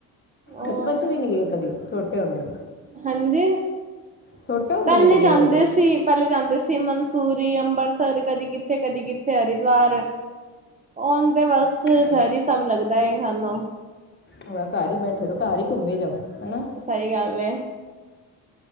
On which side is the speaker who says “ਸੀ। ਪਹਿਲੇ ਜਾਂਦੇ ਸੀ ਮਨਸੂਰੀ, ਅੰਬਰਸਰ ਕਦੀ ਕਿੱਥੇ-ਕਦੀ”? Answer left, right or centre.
Right